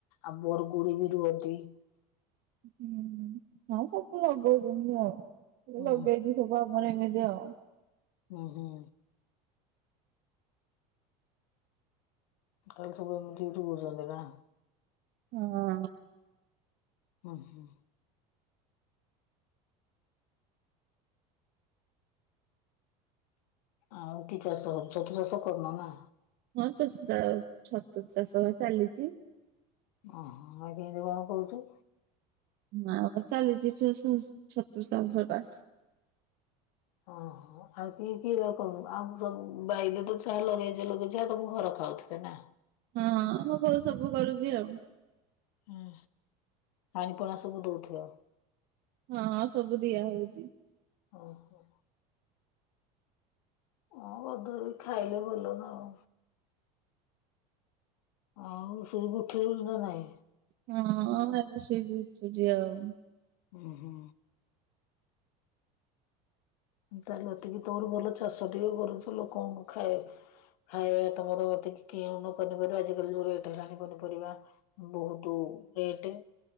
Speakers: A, on the left (about 80°); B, on the right (about 55°).
A: ଆଉ ବରଗୁଡି ବି ରୁଅନ୍ତି।
B: ହୁଁ। ହଁ ସବୁ ଲଗଉଚନ୍ତି ଆଉ, ଏଇ
A: ହୁଁ
B: ଲଗେଇଛିି ସବୁ ଆମର ଏମିତି ଆଉ।
A: ଅଁ, ହଁ। କାଲି ସବୁଠି ଠୁ ବସନ୍ତି ନା?
B: ହଁ।
A: ହଁ, ହଁ। ଆଉ କି ଚାଷ, ଛତୁ ଚାଷ କରୁନ ନା?
B: ହଁ ଚଷୁ ଚା ଛତୁ ଚାଷ ବା ଚାଲିଛି।
A: ଅଁ, ହଁ କେମିତି କଣ କରୁଛୁ?
B: ନା ଆମର ଚାଲିଚି ଚଷୁ ଛତୁ ଚାଷ ଟା।
A: ଅଁ, ହଁ। ଆଉ କି କିଏ ର ଆଉ କଣ ଆଉ ସବୁ ବାଇରେ ତ ଛା ଲଗେଇଚ ଲଗେଇଛ ଆଉ ତୋମ ଘର ଖାଉଥିବେ ନା?
B: ହଁଁ ମୋ ବୋଉ ସବୁ କରୁଛି ଆଉ।
A: ହଁ ପାଣିପୁଳା ସବୁ ଦଉଥିବ।
B: ହଁ ସବୁ ଦିଆ ହଉଚି।
A: ଅଁ, ହଁ। ଅଁ, କରଧରି ଖାଇଲେ ଭଲ ନା। ଆଉ। ଆଉ ଶୁଇକି ଉଠିଲୁଣ ନା ନାଇଁ?
B: ହଁ ଏବେ ଶୁଇକି ଉଠୁଚି ଆଉ।
A: ଅଁ, ହଁ। ତାହେଲେ ଏତିକି ତୋମର ଭଲ ଚାଷ ଟିକେ କରୁଛ ଲୋକଙ୍କୁ ଖାଏ ଖାଇବା ଯେ ତୋମର ଅଧଧ କି କିଏ ନ କରିପାରିବ ଆଜିକାଲି ଯୋଉ ରେଟେ ହେଲାଣି ପନିପରିବା। ବହୁତୁ ରେଟେ।